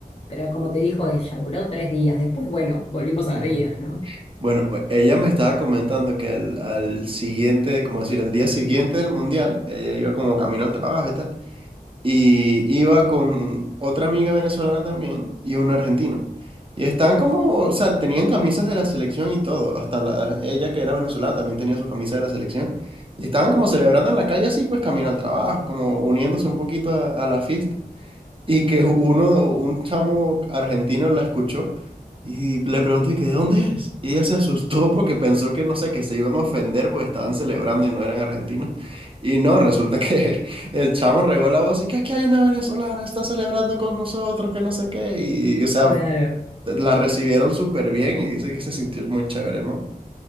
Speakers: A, on the left (about 40°); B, on the right (about 35°).
A: pero como te dijo ella, duró tres días. Después, bueno, volvimos a
B: Sí,
A: la vida, ¿no?
B: Bueno, pues, ella me estaba comentando que al, al siguiente, como decir, al día siguiente del mundial, ella iba como camino al trabajo y tal, y iba con otra amiga venezolana también y un argentino. Y estaban como, o sea, tenían camisas de la selección y todo, hasta la, ella que era venezolana también tenía su camisa de la selección. Y estaban como celebrando en la calle así, pues camino al trabajo, como uniéndose un poquito a, a la fiesta. Y que uno, un chamo argentino la escuchó y le preguntó, ¿y que de dónde eres? Y ella se asustó porque pensó que, no sé, que se iban a ofender porque estaban celebrando y no eran argentinos. Y no, resulta que <laughs> el chamo regó la voz y que aquí hay una venezolana, está celebrando con nosotros, que no sé qué. Y, o sea,
A: Claro.
B: la recibieron súper bien y dice que se sintió muy chévere, ¿no?